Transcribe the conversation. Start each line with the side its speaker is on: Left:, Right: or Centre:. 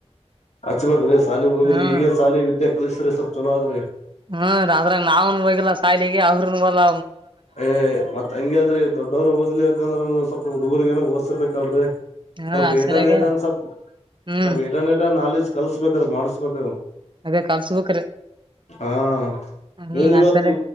Left: ಅಚ್ ಬಾಗ್ರೀ ಶಾಲಿ ಹುಡುಗ್ರಿ
Right: ಹ್ಮ್
Left: ಈಗ ಶಾಲಿ ವಿದ್ಯಾ ಕಲಿಸ್ರರಿ ಸ್ವಲ್ ಚಲೋ ಆದ್ರಿ
Right: ಹ್ಮ ಅದ್ರಾಗ ನಾವ್ನ್ ಹೋಗಲ್ಲ ಸಾಲಿಗೆ ಅವ್ರ ಒಲ್ಲ
Left: ಏ ಮತ್ ಹಂಗ್ಯಾದ್ರಿ ದೊಡ್ಡವರು ಓದ್ಲಿ ಯಾಕಂದ್ರ ಸ್ವಲ್ಪ ಹುಡುರ್ಗೇನ ಓದ್ಸ್ಬೇಕಲ್ರರಿ
Right: ಹ್ಮ
Left: ಸ್ವಲ್ಪ
Right: ಆ
Left: ಏಟನ್
Right: ಸರಿಯಾಗ
Left: ಟ ಸ್ವಲ್ಪ
Right: ಹ್ಮ್
Left: ಸ್ವಲ್ಪ ಏಟ ಏಟ ನಾಲೇಜ್ ಕಲ್ಸ್ಬೇಕ್ರ ಮಾಡಸ್ಬೇಕ
Right: ಅದೇ ಕಲ್ಸ್ಬೇಕ್ರಿ
Left: ಹಾ
Right: ಹ್ಮ್
Left: ಏನ್ ಇವತ್ತು
Right: ಆ ಸರಿ